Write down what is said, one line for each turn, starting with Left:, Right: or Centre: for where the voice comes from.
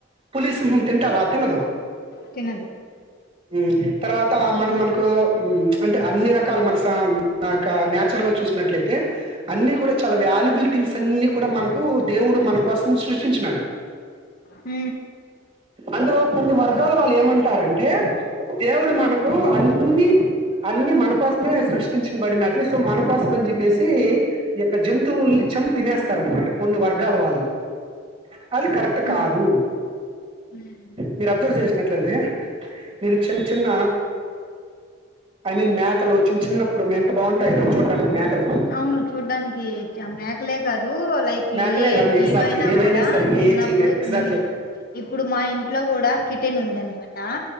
Right: పులీస్ తింటావా తిన్నాదూ
Left: తినదు
Right: మ్.. తర్వాత మన మనకు అంటే అన్ని రకాలు మనసా కా నాచురల్ చు చూసినట్లయితే అన్ని కూడా చాలా వాల్యుబుల్ థింగ్స్ అన్ని కూడా మనకు దేవుడు మన కోసం సృష్టించినడు
Left: ఊ
Right: అందులో కొన్ని వర్గాలు వాళ్ళు ఏమంటారంటే దేవుడు మనకు అన్నీ అన్ని మన కోసమే సృష్టించబడినటివి సో మన కోసం అని చెప్పేసి ఈ యొక్క జంతువుల్ని కొంచెం తినేస్తార అనమాట కొన్ని వర్గాల వాళ్ళు అది కరెక్ట్
Left: మ్హు
Right: కాదు
Left: మ్మ్
Right: మీరు అబ్జర్వ్ చేస నేట్లడది మీరు చిన్న చిన్న ఐ మీన్ మేకలు చిన్న చిన్నప్పుడు యంత బాగుంటాయి కదా చూడడానికి మేకలు
Left: అవును చూడ్డానికి మాక్ లే కాదు లైక్
Right: మేకలే
Left: ఏ
Right: కాదు
Left: జీవ
Right: ఎగ్జాక్ట్లీ
Left: అయినా
Right: ఏవైనా
Left: కూడా
Right: సరే
Left: చిన్నప్పుడు..
Right: ఏ జీవన ఎగ్జాక్ట్లీ
Left: ఇప్పుడు మా ఇంట్లో కూడా కిటెన్ ఉందనమాట